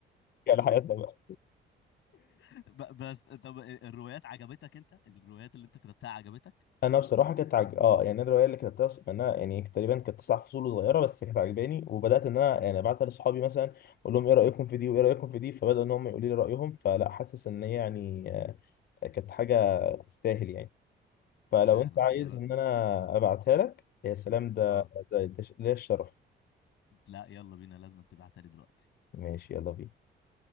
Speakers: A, on the left; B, on the left.
A: <laughs> رجعنا لحياتنا بقى
B: <laughs> ب- بس طب الروايات عجبتك انت الروايات اللي انت كتبتها عجبتك
A: انا بصراحه كنت عج... اه يعني الروايه اللي كتبتها ص- منها يعني تقريبا كانت تسع فصول صغيره بس كانت عجباني وبدات ان انا يعني ابعتها لاصحابي مثلا اقول لهم ايه رايكم في دي وايه رايكم في دي فبداوا ان هم يقولوا لي رايهم فلا حاسس ان هي يعني آه، كانت حاجه تستاهل يعني فلو
B: لا
A: انت
B: لا
A: عايز
B: الر...
A: ان انا ابعتها لك يا سلام ده
B: اه
A: ده ده, ده الشرف
B: لا يلا بينا لازم تبعتها لي دلوقتي
A: ماشي يلا بينا